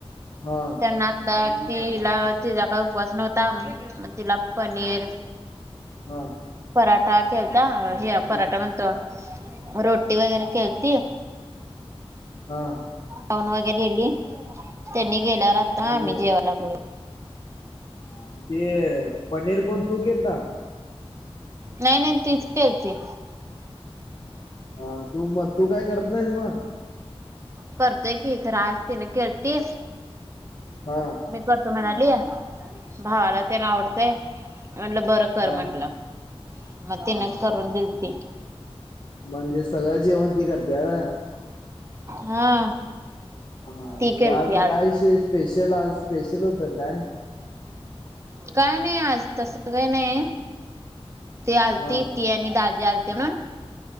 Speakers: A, on the left (about 45°); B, on the right (about 25°).
A: हा हा.
B: त्यांना आता तिला तिचा काय उपवास नव्हता, मग तिला पनीर
A: हा.
B: पराठा केलता? हे
A: बर
B: पराठा म्हणतो, रोटी वगैरे केलती
A: हा.
B: खाऊन वगैरे गेली त्यांनी
A: हा
B: गेल्यावर आता
A: म्हणजे
B: आम्ही जेवा लागलोय.
A: हा, ते पनीर कोण तू केलता
B: नाही नाही तिच केलती.?
A: हा तू म तू काय करत नाहीस मग
B: करतोय की खर आज तिने केलती
A: हा.
B: मी करतो म्हणाली. भावाला तेन आवडतंय म्हटलं बर कर
A: हा
B: म्हटलं मग तिनच
A: हा
B: करून दिलती
A: म्हणजे सगळं जेवण ती करतिया होय
B: हा.
A: हा
B: ती केलती
A: आज कायशी स्पेशल आज स्पेशल होतं काय?
B: काय नाही आज तस काही नाही. ती आलती.
A: हा
B: ती आणि दाजी आलते ना.